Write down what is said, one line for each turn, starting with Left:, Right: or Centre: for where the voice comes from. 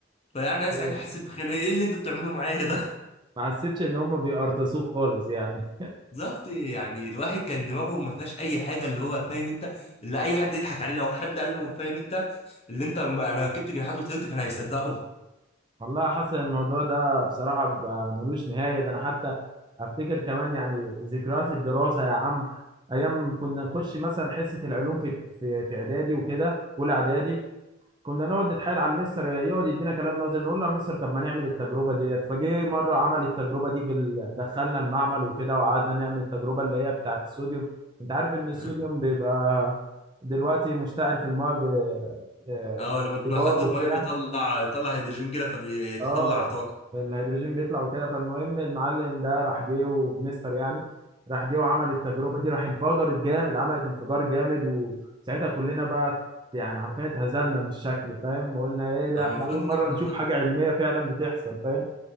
Left: فيعني انا
Right: أيوة.
Left: ساعتها حسيت بخناقه ايه اللي انتوا بتعملوه معايا ده <laughs>
Right: ما حسيتش ان هم بيقرطسوك خالص يعني
Left: بالظبط يعني الواحد كان دماغه ما فيهاش اي حاجه اللي هو فاهم انت اللي اي حد يضحك عليه لو حد قال له فاهم انت اللي انت انا ركبت جناحات وطيرت كان هيصدقه
Right: والله حاسس ان الموضوع ده بصراحه بيبقى ملوش نهايه ده انا حتى افتكر كمان يعني ذكريات الدراسه يا عم ايام كنا نخش مثلا حصه العلوم في في في اعدادي وكده اولى اعدادي كنا نقعد نتحايل على المستر يقعد يدينا كلام نظري نقول له يا مستر طب ما نعمل التجربه ديت فجه مره عمل التجربه دي في ال... دخلنا المعمل وكده وقعدنا نعمل التجربه اللي هي بتاعت الصوديوم انت عارف ان الصوديوم
Left: <clears throat>
Right: بيبقى دلوقتي مشتعل في الماء ب... آه،
Left: اه لما تنحطه
Right: ايجار وبتاع
Left: في ميه بيطلع يطلع هيدروجين كده فبيطلع
Right: اه
Left: طاقه
Right: الهيدروجين بيطلع وكده فالمهم المعلم ده راح جه وبنستر يعني راح جه وعمل التجربه دي راح انفجرت جامد عملت انفجار جامد وساعتها كلنا بقى يعني حرفيا اتهزلنا من الشكل فاهم وقلنا ايه ده
Left: المفروض
Right: احنا اول
Left: ناخد
Right: مره نشوف حاجه علميه فعلا بتحصل فاهم